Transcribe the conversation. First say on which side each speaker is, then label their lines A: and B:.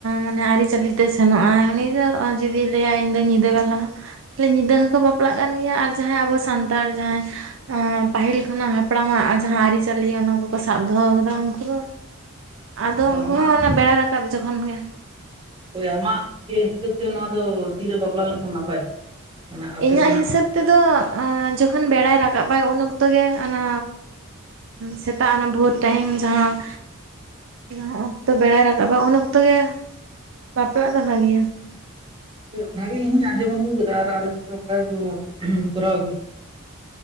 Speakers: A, on the right; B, on the right.
A: ᱢᱟᱱᱮ ᱟᱹᱨᱤᱪᱟᱞᱤ ᱛᱮ ᱥᱮᱱᱚᱜᱼᱟᱭ ᱩᱱᱤ ᱫᱚ ᱡᱩᱫᱤ ᱞᱟᱹᱭᱟ ᱤᱧ ᱫᱚ ᱧᱤᱫᱟᱹ ᱵᱮᱞᱟ ᱛᱟᱦᱞᱮ ᱧᱤᱫᱟᱹ ᱦᱚᱸᱠᱚ ᱵᱟᱯᱞᱟᱜ ᱠᱟᱱ ᱜᱮᱭᱟ ᱟᱨ ᱡᱟᱦᱟᱸᱭ ᱟᱵᱚ ᱥᱟᱱᱛᱟᱲ ᱡᱟᱦᱟᱸᱭ ᱯᱟᱹᱦᱤᱞ ᱠᱷᱚᱱᱟᱜ ᱦᱟᱯᱲᱟᱢ ᱟᱜ ᱡᱟᱦᱟᱸ ᱟᱹᱨᱤ ᱪᱟᱹᱞᱤ ᱚᱱᱟ ᱠᱚᱠᱚ ᱥᱟᱵ ᱫᱚᱦᱚ ᱠᱟᱫᱟ ᱩᱱᱠᱩ ᱫᱚ ᱟᱫᱚ
B: ᱛᱚ
A: ᱩᱱᱠᱩ
B: ᱟᱢᱟᱜ
A: ᱦᱚᱸ ᱚᱱᱟ ᱵᱮᱲᱟ ᱨᱟᱠᱟᱵ ᱨᱟᱠᱟᱵ ᱡᱚᱠᱷᱚᱱ ᱜᱮ
B: ᱦᱳᱭ ᱟᱢᱟᱜ ᱤᱭᱟᱹ ᱦᱤᱥᱟᱹᱵ ᱛᱮ ᱱᱚᱣᱟ ᱫᱚ ᱛᱤᱨᱮ ᱵᱟᱯᱞᱟ ᱞᱮᱱᱠᱷᱟᱱ ᱱᱟᱯᱟᱭᱚᱜᱼᱟ ᱢᱟᱱᱮ ᱟᱯᱮ
A: ᱤᱧᱟᱹᱜ
B: ᱥᱮᱱᱟᱜ
A: ᱦᱤᱥᱟᱹᱵ ᱛᱮᱫᱚ ᱡᱚᱠᱷᱚᱱ ᱵᱮᱲᱟᱭ ᱨᱟᱠᱟᱵᱟ ᱩᱱ ᱚᱠᱛᱚ ᱜᱮ ᱚᱱᱟ ᱥᱮᱛᱟᱜ ᱚᱱᱟ ᱵᱷᱳᱨ ᱴᱟᱭᱤᱢ ᱡᱟᱦᱟᱸ ᱡᱟᱦᱟᱸ ᱚᱠᱛᱚ ᱵᱮᱲᱟᱭ ᱨᱟᱠᱟᱵᱟ ᱩᱱ ᱚᱠᱛᱚ ᱜᱮ ᱵᱟᱯᱞᱟᱜ ᱫᱚ ᱵᱷᱟᱜᱮᱭᱟ
B: ᱦᱳᱭ ᱚᱱᱟᱜᱮ ᱤᱧᱦᱩᱧ ᱟᱸᱡᱚᱢ ᱟᱹᱜᱩ ᱠᱟᱫᱟ ᱟᱨ ᱟᱞᱮᱥᱮᱫ ᱫᱚ ᱚᱱᱠᱟ ᱜᱮᱠᱚ ᱠᱚᱨᱟᱣ ᱟᱹᱜᱩᱭ